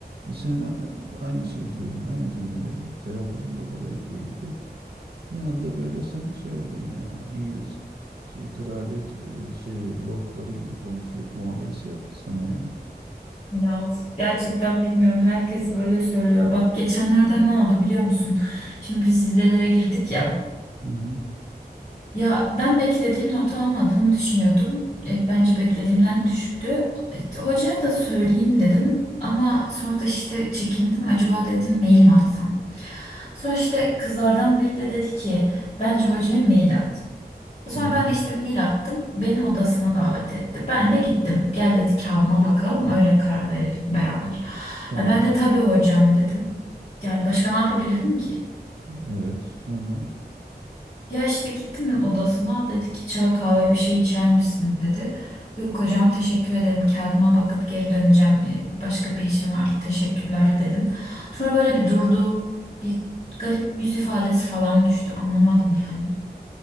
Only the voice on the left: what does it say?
Ya of, gerçekten bilmiyorum. Herkes böyle söylüyor. Bak geçenlerde ne oldu biliyor musun? Şimdi biz vizelere girdik ya.
Ya ben beklediğim notu almadığımı düşünüyordum. E, bence beklediğimden düşüktü. E, Hocaya da söyleyeyim dedim. Ama sonra da işte çekindim. Acaba dedim mail mi atsam? Sonra işte kızlardan biri de dedi ki bence hocaya mail at. Sonra
ben de işte mail attım. Beni odasına davet etti. Ben de gittim. Gel dedi kağıdına bakalım öyle karar verelim beraber.
E, ben de tabii hocam dedim. Yani başka ne yapabilirdim ki?
Ya işte gittim odasına dedi ki çay kahve bir şey içer misin dedi. Yok hocam teşekkür ederim kağıdıma bakıp geri döneceğim E, başka bir işim vardı teşekkürler dedim. Sonra böyle bir durdu bir garip yüz ifadesi falan düştü anlamadım yani.